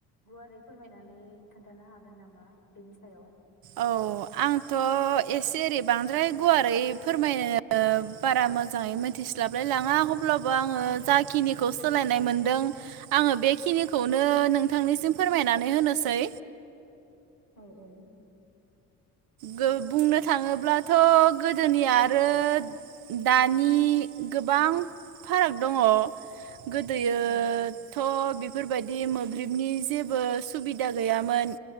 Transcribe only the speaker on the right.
औ आंथ' एसे एरै बांद्राय गुवारै फोरमायनो बारा मोजाङै मिथिस्लाबलाय लाङा अब्लाबो आङो जाखिनिखौ सोलायनाय मोनदों आङो बेखिनिखौनो नोंथांनिसिम फोरमायनानै होनोसै।
गो बुंनो थाङोब्लाथ' गोदोनि आरो दानि गोबां फाराग दङ। गोदोयोथ'
बेफोरबायदि मोब्लिबनि जेबो सुबिदा गैयामोन